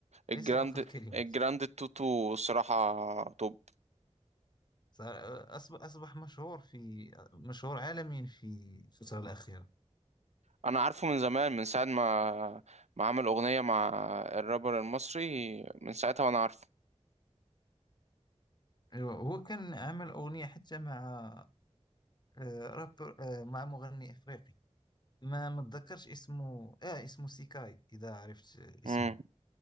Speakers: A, on the right (about 75°); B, on the left (about 40°).
A: الجراند
B: ليس فقط الكلمات
A: الجراند توتو صراحة توب
B: صار- أصبح أصبح مشهور في مشهور عالميا في الفترة الأخيرة
A: أنا عارفه من زمان من ساعة ما ما عمل أغنية مع الرابر المصري من ساعتها وأنا عارفه
B: ايوه هو كان عمل اغنيه حتى مع آه، رابر آه، مع مغني افريقي ما ما اتذكرش اسمه اه اسمه سيكاي اذا عرفت آه، اسمه
A: مم.